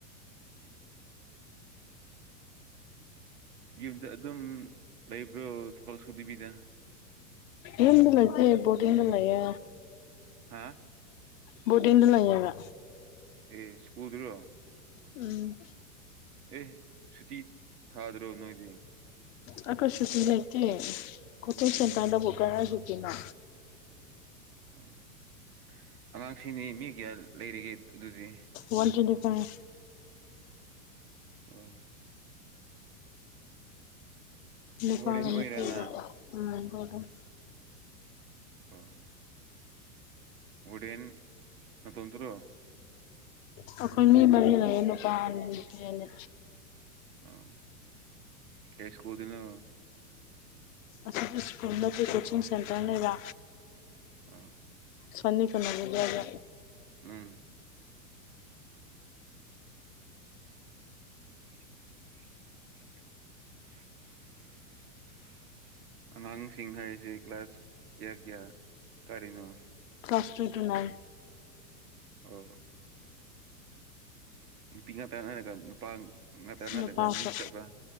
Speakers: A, on the right (about 85°); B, on the left (about 60°).
A: ꯌꯨꯝꯗ ꯑꯗꯨꯝ ꯂꯩꯕ꯭ꯔꯣ ꯊꯕꯛ ꯁꯨꯗꯕꯤꯗ
B: ꯌꯨꯝꯗ ꯂꯩꯇꯦ ꯕꯣꯔꯗꯤꯡꯗ ꯂꯩꯌꯦ
A: ꯍꯥꯥ
B: ꯕꯣꯔꯗꯤꯡꯗ ꯂꯩꯌꯦꯕ
A: ꯑꯦ ꯁ꯭ꯀꯨꯜꯗꯔꯣ
B: ꯎꯝ
A: ꯑꯦ ꯁꯨꯇꯤ ꯊꯥꯗ꯭ꯔꯣ ꯅꯣꯏꯗꯤ
B: ꯑꯩꯈꯣꯏ ꯁꯨꯇꯤ ꯂꯩꯇꯦ ꯀꯣꯆꯤꯛ ꯁꯦꯟꯇ꯭ꯔꯗꯕꯨ ꯀꯔꯥꯏꯗꯩ ꯇꯤꯅꯣ
A: ꯑꯣ ꯑꯉꯥꯡꯁꯤꯡꯅꯤ ꯃꯤ ꯀꯌꯥ ꯂꯩꯔꯤꯒꯦ ꯑꯗꯨꯗꯤ
B: ꯋꯥꯟ ꯇ꯭ꯋꯦꯟꯇꯤ ꯐꯥꯏꯚ
A: ꯑꯣ
B: ꯅꯨꯄꯥꯒ
A: ꯋꯥꯔꯗꯦꯟ ꯑꯣꯏꯔꯅ
B: ꯅꯨꯄꯤꯒ <unintelligible>
A: ꯑꯣ ꯋꯥꯔꯗꯦꯟ ꯅꯇꯣꯝꯇꯔꯣ
B: ꯑꯩꯈꯣꯏ ꯃꯤ ꯃꯔꯤ ꯂꯩꯌꯦ ꯅꯨꯄꯥ ꯑꯅꯤ ꯅꯨꯄꯤ ꯑꯅꯤ
A: ꯑꯣ ꯀꯩ ꯁ꯭ꯀꯨꯜꯗꯅꯣ
B: ꯑꯁꯤꯗꯤ ꯁ꯭ꯀꯨꯜ ꯅꯠꯇꯦ ꯀꯣꯆꯤꯡ ꯁꯦꯟꯇꯔꯅꯦꯕ
A: ꯑꯥ
B: ꯐꯅꯦꯛ ꯀꯩꯅꯣꯒꯤꯗꯣ ꯌꯥꯎꯕ꯭ꯔꯥ
A: ꯎꯝ <unintelligible> ꯑꯉꯥꯡꯁꯤꯡ ꯍꯥꯏꯔꯤꯁꯤ ꯀ꯭ꯂꯥꯁ ꯀ꯭ꯌꯥ ꯀ꯭ꯌꯥ ꯀꯥꯔꯤꯅꯣ
B: ꯀ꯭ꯂꯥꯁ ꯊ꯭ꯔꯤ ꯇꯨ ꯅꯥꯏꯟ
A: ꯑꯣ ꯅꯨꯄꯤ ꯉꯥꯇ ꯉꯥꯏꯔꯒ ꯅꯨꯄꯥ ꯉꯥꯛꯇ ꯅꯠꯇ꯭ꯔꯒ
B: ꯅꯨꯄꯥꯁꯨ
A: ꯃꯤꯛꯁ ꯑꯞꯔꯥ